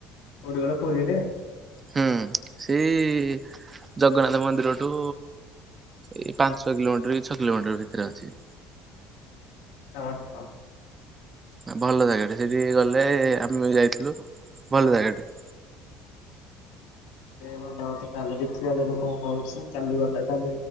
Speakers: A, on the left (about 85°); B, on the right (about 25°).
A: କୋଉଠି କହିଲ ପୁରୀରେ।
B: ହୁଁ ସେଇ ଜଗନ୍ନାଥ ମନ୍ଦିରଠୁ ଏଇ ପାଞ୍ଚ ଛ କିଲୋମିଟର କି ଛ କିଲୋମିଟର ଭିତରେ ଅଛି।
A: <inaudible>
B: ଭଲ ଜାଗାଟ ସେଠି ଗଲେ ଆମେ ଯାଇଥିଲୁ ଭଲ ଜାଗା ଟେ।
A: ମ ମତେ କାଲି ଦେଖିବା ଗଲେ କଣ କହୁଛି କାଲି ଗଲା ଟ